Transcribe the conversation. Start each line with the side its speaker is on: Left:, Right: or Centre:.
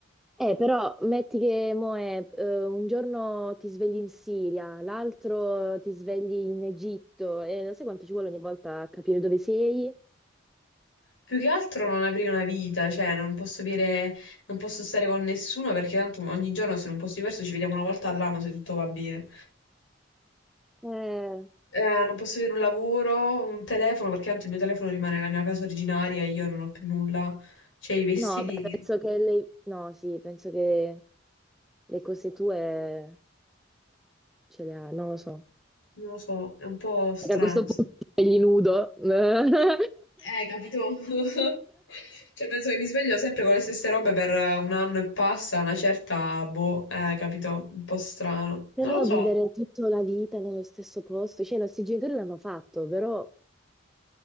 Centre: Eh, però metti che mo è, eh, un giorno ti svegli in Siria, l'altro ti svegli in Egitto, e sai quanto ci vuole ogni volta a capire dove sei?
Left: più che altro non avrei una vita, cioè, non posso avere, non posso stare con nessuno perché tanto ogni giorno se non posso diverso ci vediamo una volta all'anno se tutto va bene.
Centre: Eh,
Left: Eh, non posso avere un lavoro, un telefono, perché tanto il mio telefono rimane nella mia casa originaria e io non ho più nulla. Cioè, i vestiti,
Centre: no, beh, penso che le... No, sì, penso che le cose tue Ce le ha, non lo so.
Left: non lo so, è un po' strano.
Centre: Perché a questo punto gli nudo. <laughs>
Left: Eh, capito? <laughs> Cioè, penso che mi sveglio sempre con le stesse robe per eh, un anno e passa, una certa, boh, eh, capito? Un po' strano. Non
Centre: Però
Left: lo so.
Centre: vivere tutta la vita nello stesso posto, cioè i nostri genitori l'hanno fatto, però